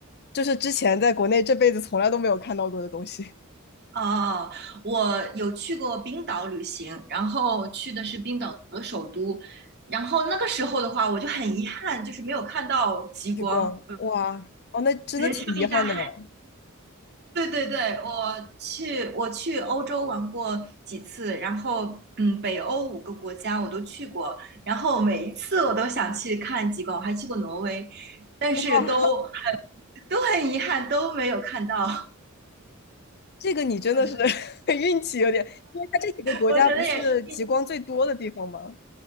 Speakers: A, on the left (about 50°); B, on the right (about 50°).
A: 就是之前在国内这辈子从来都没有看到过的东西，
B: 哦，我有去过冰岛旅行，然后去的是冰岛的首都，然后那个时候的话，我就很遗憾，就是没有看到极光，
A: <laughs> 极光，哇，哦，那真的挺遗憾的哎
B: 人生一大憾。对对对，我去我去欧洲玩过几次，然后嗯，北欧五个国家我都去过，然后每一次我都想去看极光，我还去过挪威，但是都
A: 哇。
B: 都很遗憾都没有看到，
A: 这个你真的是
B: <laughs> 我觉得
A: <laughs> 运气有点，因为它这几个国家不是极光最多的地方吗？
B: 我觉得也是。